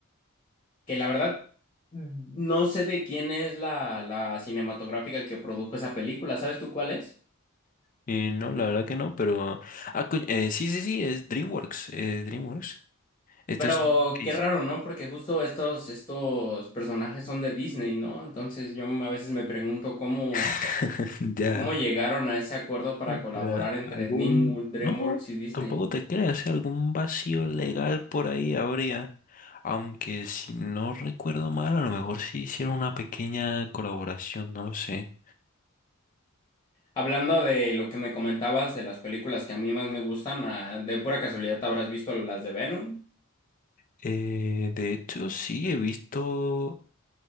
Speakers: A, on the left; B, on the left.
A: Que la verdad, no sé de quién es la, la cinematográfica que produjo esa película, ¿sabes tú cuál es?
B: Y no, la verdad que no, pero... Ah, coño, eh, sí, sí, sí, es DreamWorks, eh, DreamWorks. Estos...
A: Pero
B: son los que
A: qué
B: hice-
A: raro, ¿no? Porque justo estos, estos personajes son de Disney, ¿no? Entonces yo a veces me pregunto cómo,
B: <laughs> Ya.
A: cómo llegaron a ese acuerdo para
B: Eh,
A: colaborar entre
B: algún,
A: Dream- DreamWorks
B: no,
A: y Disney.
B: tampoco te creas, ¿eh? algún vacío legal por ahí habría. Aunque si no recuerdo mal, a lo mejor sí hicieron una pequeña colaboración, no lo sé.
A: Hablando de lo que me comentabas de las películas que a mí más me gustan, ah, de pura casualidad te habrás visto las de Venom,
B: Eh, de hecho, sí he visto,